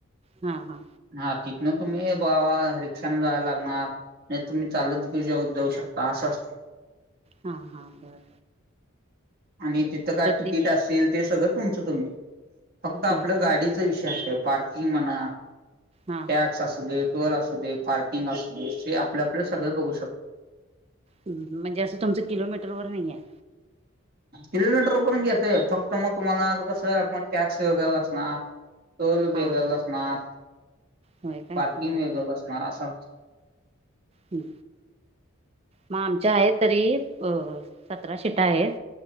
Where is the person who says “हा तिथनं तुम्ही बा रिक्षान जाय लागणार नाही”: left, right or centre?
Right